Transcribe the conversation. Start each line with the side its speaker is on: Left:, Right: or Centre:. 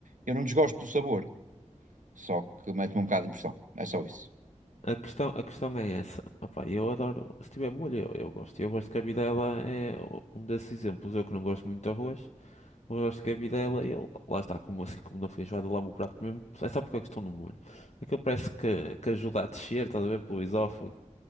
Right: Eu não desgosto do sabor, só que mete-me um bocado de impressão. É só isso.
Left: questão, a questão é essa. Opá, eu adoro, se tiver molho, eu, eu gosto. Eu gosto de cabidela é um desses exemplos. Eu que não gosto muito de arroz, mas gosto de cabidela videla, eu, lá está, como assim como na feijoada, lá o meu prato mesmo, é só porque é a questão do molho. Aquilo parece que, que ajuda a descer, estás a ver, pelo esófago.